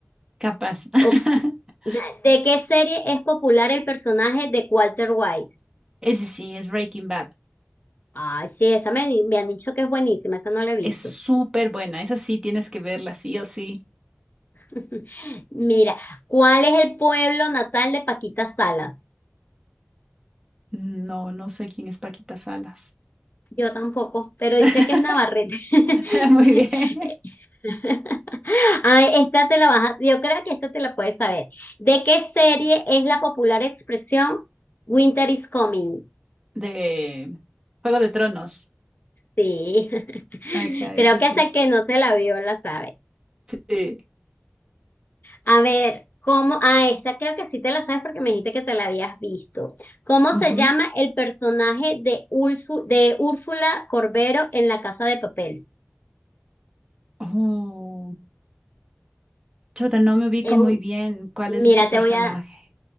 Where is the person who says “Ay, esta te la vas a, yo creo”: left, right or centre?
Left